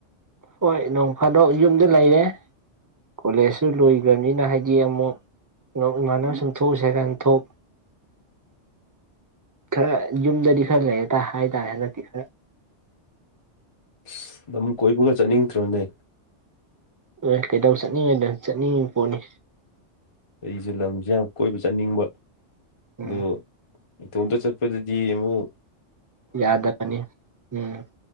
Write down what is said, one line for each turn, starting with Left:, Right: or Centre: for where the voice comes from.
Right: ꯍꯣꯏ ꯅꯣꯡ ꯐꯥꯗꯣꯛ ꯌꯨꯝꯗ ꯂꯩꯔꯦ ꯀꯣꯂꯦꯖꯁꯨ ꯂꯣꯏꯒꯔꯅꯤꯅ ꯍꯥꯏꯗꯤ ꯑꯃꯨꯛ ꯏꯃꯥꯟꯅ ꯁꯤꯡꯊꯣꯛꯎꯁꯦꯀꯥꯏ ꯊꯣꯛ
Left: <unintelligible>
Right: ꯈꯔ ꯌꯨꯝꯗꯗꯤ ꯈꯔ ꯂꯩꯔꯦꯇꯥꯦ ꯍꯥꯏꯇꯥꯔꯦ ꯍꯟꯗꯛꯇꯤ ꯈꯔ
Left: <unintelligible> <inaudible> ꯑꯗꯨꯝ ꯀꯣꯏꯕꯒ ꯆꯠꯅꯤꯡꯗ꯭ꯔꯣꯅꯦ
Right: ꯍꯣꯏ ꯀꯩꯗꯧ ꯆꯠꯅꯤꯡꯉꯥꯏꯗ ꯆꯠꯅꯤꯡꯉꯤꯕ ꯄꯣꯠꯅꯤ
Left: ꯑꯩꯖꯨ ꯂꯝꯖꯦ ꯌꯥꯝ ꯀꯣꯏꯕ ꯆꯠꯅꯤꯡꯕ
Right: ꯎꯝ
Left: ꯑꯗꯨ ꯏꯇꯣꯝꯇ ꯆꯠꯄꯗꯨꯗꯤ ꯌꯦꯡꯉꯨ
Right: ꯌꯥꯗꯕꯅꯦ ꯎꯝ